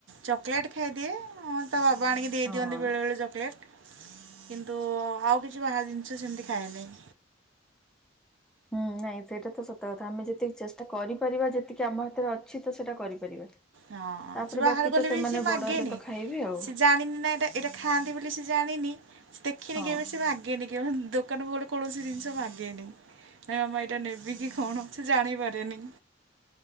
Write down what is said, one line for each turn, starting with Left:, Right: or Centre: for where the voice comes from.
Right: ଚକଲେଟ୍ ଖାଇଦିଏ। ତା ବାବା ଆଣିକି ଦେଇଦିଅନ୍ତି
Centre: ହଁ
Right: ବେଳେ ବେଳେ ଚକଲେଟ୍ କିନ୍ତୁ ଆଉ କି କିଛି ବାହାର ଜିନିଷ ସେମିତି ଖାଏ ନେଇ।
Centre: ହୁଁ ନାଇଁ ସେଇଟା ତ ସତ କଥା ଆମେ ଯେତିକି ଚେଷ୍ଟା କରିପାରିବା ଯେତିକି ଆମ ହାତରେ ଅଛି ତ ସେଟା କରିପାରିବା।
Right: ହଁ
Centre: ତାପରେ
Right: ସେ ବାହାର
Centre: ବାକି
Right: ଗଲେବି,
Centre: ତ ସେମାନେ
Right: ସିଏ ମାଗେନି।
Centre: ବଡ ହେଲେ ତ ଖାଇବେ ଆଉ
Right: ସେ ଜାଣିନି ନା ଏଟା ଏଇଟା ଖାଆନ୍ତି ବୋଲି ସେ ଜାଣିନି ସେ ଦେଖିନି
Centre: ହଁ
Right: କେବେ ସେ ବା ଟିକେ ଦୋକାନ ପୋ କୈାଣସି ଲାଗେନି ନାଁ ମାମା ଏଇଟା ନେ ବି କି କଣ ସେ ଜାଣି ପାରେ ନି।